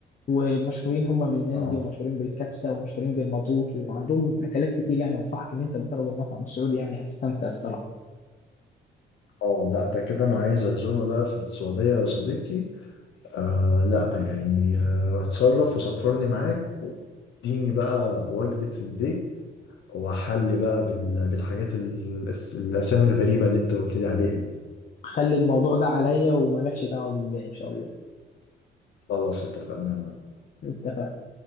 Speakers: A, on the left (about 40°); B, on the left (about 70°).
A: ومشهورين هم بالمندي
B: اه
A: ومشهورين بالكبسة ومشهورين بالمضغوط وعندهم أكلات كتير يعني أنصحك إن أنت تجرب المطعم السعودي يعني هتستمتع الصراحة
B: اه لا ده كده انا عايز عزومة بقى في السعودية يا صديقي آه لا يعني آه، اتصرف وسفرني معاك اديني بقى وجبة الديك وحل بقى بال- بالحاجات ال- الأسامي الغريبة اللي أنت قلت لي عليها دي
A: خلي الموضوع ده عليا وملكش دعوة بالباقي إن شاء الله
B: خلاص اتفقنا
A: اتفقنا